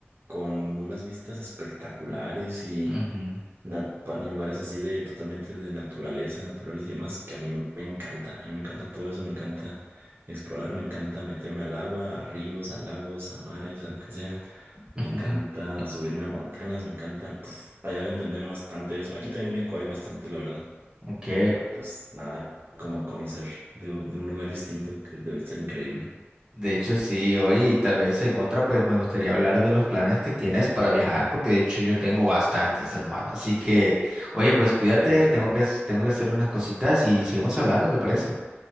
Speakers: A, on the right; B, on the right.
A: con unas vistas espectaculares y
B: Ujú.
A: na- pa- lugares así de totalmente de naturaleza, naturales y demás, que a mí me encanta. A mí me encanta todo eso, me encanta explorar, me encanta meterme al agua, a ríos, a lagos, a mares, a lo que sea.
B: <laughs>
A: Me encanta subirme a montañas, me encanta. pf, allá deben tener bastante eso. Aquí también en México hay bastante, la verdad.
B: Ok.
A: Pero pues nada, como conocer de, un de un lugar distinto que debe ser increíble.
B: De hecho, sí, oye, y tal vez en otra, pues me gustaría hablar de los planes que tienes para viajar, porque de hecho yo tengo bastantes, hermano. Así que, oye, pues cuídate,
A: Sí, claro.
B: tengo que, tengo que hacer unas cositas y seguimos hablando, ¿te parece?